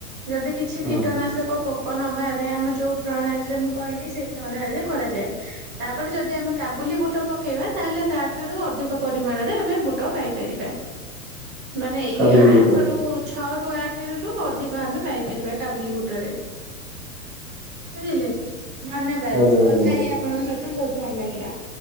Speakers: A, on the right; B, in the centre.
A: ଯଦି କିଛି
B: ହଁ
A: କୀଟନାଶକ ପ କନ ବାହାରେ ଆମେ ଯୋଉ ପ୍ରଣାଳୀରେ ମୁଁ କହିଲି ସେଇ ପ୍ରଣାଳୀରେ କରାଯାଏ ତାପରେ ଯଦି ଆମେ କାବୁଲି ବୁଟ ପକେଇବା ତାହେଲେ ତାଠାରୁ ଅଧିକ ପ ପରିମାଣରେ ଆମେ ବୁଟ ପାଇପାରିବା ମାନେ ଏ
B: କାବୁଲି
A: ଆଠାରୁ
B: ବୁଟ
A: ଛଅ ରୁ ଆଠେରୁ ଅଧିକ ଆମେ ପାଇପାରିବା କାବୁଲି ଗୁଟରେ ବୁଝିଲେ ଧନ୍ୟବାଦ
B: ଆଜ୍ଞା
A: କଥା
B: ଆଜ୍ଞା
A: ହେଇ ଆପଣଙ୍କ ସହିତ ବହୁତ୍ ଭଲ ଲାଗିଲା।